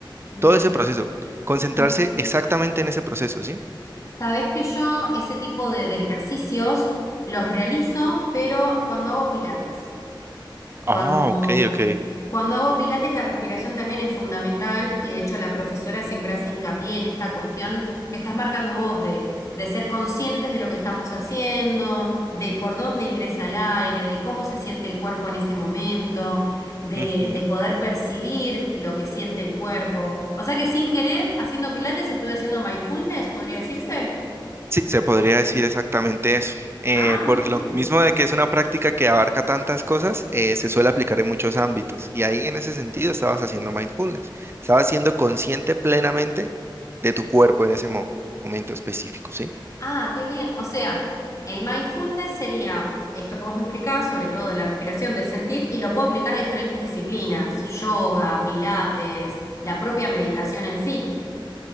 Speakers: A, on the left; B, on the right.
A: Bien.
B: Todo ese proceso. Concentrarse
A: Bueno,
B: exactamente en ese proceso, ¿sí?
A: sabés que yo ese tipo de, de ejercicios los realizo, pero cuando hago pilates. Cuando,
B: Ah, ok, ok.
A: cuando hago pilates, la respiración también es fundamental y de hecho la profesora siempre hace hincapié en esta cuestión que estás marcando vos de, de ser conscientes de lo que estamos haciendo, de por dónde ingresa el aire, de cómo se siente el cuerpo en ese momento, de,
B: Ujú.
A: de poder percibir lo que siente el cuerpo. O sea que sin querer, haciendo pilates, estuve haciendo mindfulness, podría decirse.
B: Sí, se podría decir exactamente eso. Eh,
A: Ah,
B: por
A: mira
B: lo
A: qué bien.
B: mismo de que es una práctica que abarca tantas cosas, eh, se suele aplicar en muchos ámbitos. Y ahí en ese sentido estabas haciendo mindfulness, estabas siendo consciente plenamente de tu cuerpo en ese mo- momento específico, ¿sí?
A: Ah, qué bien. O sea, el mindfulness sería esto que vos me explicabas, sobre todo de la respiración, de sentir, y lo puedo aplicar a diferentes disciplinas, yoga, pilates, la propia meditación en sí.